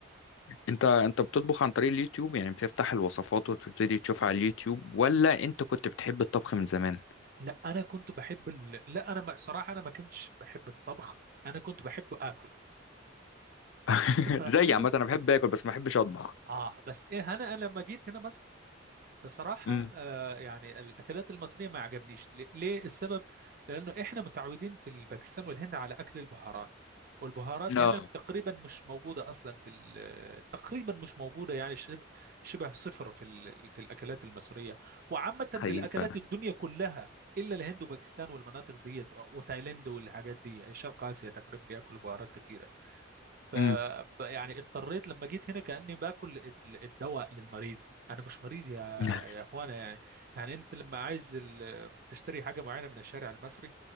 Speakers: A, on the left (about 75°); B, on the right (about 50°).
A: انت انت بتطبخ عن طريق اليوتيوب يعني بتفتح الوصفات وتبتدي تشوفها على اليوتيوب ولا انت كنت بتحب الطبخ من زمان
B: لا أنا كنت بحب ال... لا أنا ما... صراحة أنا ما كنتش بحب الطبخ أنا كنت بحب آكل
A: <laughs>
B: <laughs>
A: زي عامه انا بحب اكل بس ما بحبش اطبخ
B: آه بس إيه أنا أنا لما جيت هنا مثلا بصراحة
A: امم
B: آه، يعني الأكلات المصرية ما عجبنيش ل- ليه السبب؟ لأنه إحنا متعودين في الباكستان والهند على أكل البهارات والبهارات
A: اه
B: هنا تقريبا مش موجودة أصلا في ال- تقريبا مش موجودة يعني شبه شبه صفر في ال- في الأكلات المصرية وعامة في
A: حقيقي
B: الأكلات
A: فعلا
B: الدنيا كلها إلا الهند وباكستان والمناطق ديت وتايلاند والحاجات دي شرق آسيا تقريبا بياكلوا بهارات كتيرة ف
A: امم
B: يعني اضطريت لما جيت هنا كأني باكل ال- الدواء للمريض انا مش مريض يا
A: <laughs>
B: يا اخوانا يعني يعني انت لما عايز ال... تشتري حاجه معينه من الشارع المصري